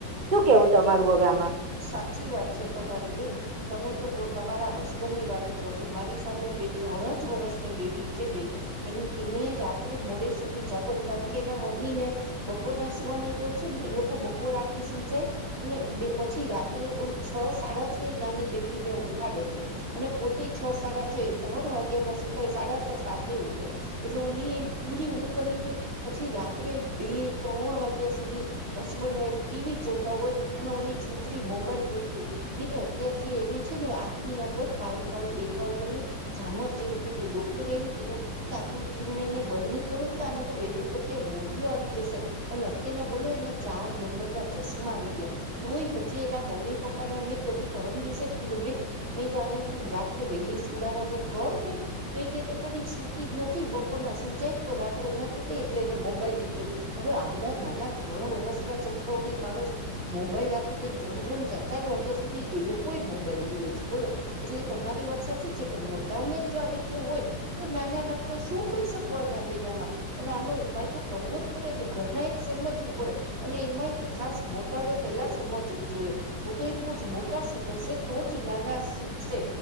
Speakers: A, on the right; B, on the right.
A: શું કેવું તમારું હવે આમ.
B: સાચી વાત છે, તમારી બેન તમે તો તમારા હસબન્ડ ની વાત કરો છો મારી સામે બે ત્રણ જ વર્ષની બેબી છે બેન એની એને રાત્રે મોડે સુધી જાગવા કારણ કે એના મમ્મી ને બપોર ના સુવાનીટેવું છેને લોકો બપોર રાખી સુઈ જાય અનેબે પછી રાત્રે ઓ છ સાડા છ નાની બેબી ને ઉઠાડે છે અને પોતે છ સાડા છ ત્રણ વાગ્યા ના સુતાય સાડા છ સા ઉઠે એટલે ઓ લ પૂરી ઊ કરી લધે પછી થી રાત્રે બે ત્રણ વાગ્યા સુધી હસબન્ડ વાઈફ ટી વી જોતા હોય અને ઓલી છોકરી મોબાઈલ જોતી હોય બીજા અત્યારથી એને છે ને આંખની આગળ કાળું કાળું દેખાવા માંડું. જામર જેવું થઈ ગયું ડોક્ટરે એમ કીધું કે આ ત મેં એને બંધ નહી કરો આને તો વેલી મોતયો આવી જશે અને અત્યારના બોલો એને ચાર નંબર ના ચશ્મા આવી ગયા. તોય હજી એના મમ્મી પપ્પા ને અમે હજી પરમ દિવસે જ કીધું બે મે તો આને તું રાત્રે વેલી સુડાવાનું કર બે તો એ કે કે પણ એ સુતી જ નથી બપોરના સુઈ જાય તો રાત્રે નથી તે એલેને મોબાઈલ લીધું હવે આવડા નાના ત્રણ વર્ષના છોકરાની માણસ મો બાઈલ આપી દઈ ત્રણ ત્રણ ચાર ચાર વાગ્યા સુધી એ લોકો મોબાઈલ જોવે છે બોલો એટલે તમારી વાત સાચી છે કે મોટાઓને જ જો આવી તેું હોય તો નાના ના આપડે શું કહી શકોના બેન આમાં. આનો ઉપાય તો કરવો જ પડે ને ઘરના એ સમજવું પડે અને એમાંય તે ખાસ મોટા અવે પેલા સમજવું જોઈએ હું તો એમ ક મોટા સુધરશે તો જ નાના શીખશે.